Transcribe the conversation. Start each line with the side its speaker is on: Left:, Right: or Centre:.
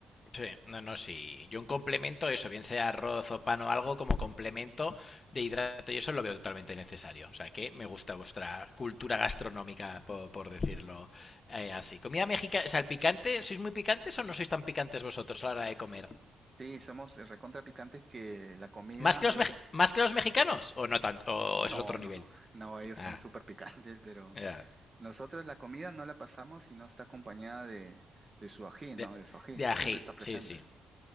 Left: Sí, no, no, sí. Yo un complemento, eso, bien sea arroz o pan o algo, como complemento de hidrato, y eso lo veo totalmente necesario. O sea que me gusta vuestra cultura gastronómica, por, por decirlo eh, así. Comida mexicana, o sea, el picante, ¿sois muy picantes o no sois tan picantes vosotros a la hora de comer?
Right: Sí, somos eh, recontra picantes que la comida
Left: ¿Más que
Right: no
Left: los,
Right: la,
Left: mej- más que los mexicanos? ¿O no tanto? ¿O
Right: No,
Left: eso es otro
Right: no,
Left: nivel?
Right: no. <laughs> No, ellos
Left: Ah,
Right: son súper picantes, pero
Left: ya.
Right: nosotros la comida no la pasamos si no está acompañada de, de su ají,
Left: De,
Right: ¿no? De su ají.
Left: de ají,
Right: Siempre está presente.
Left: sí, sí.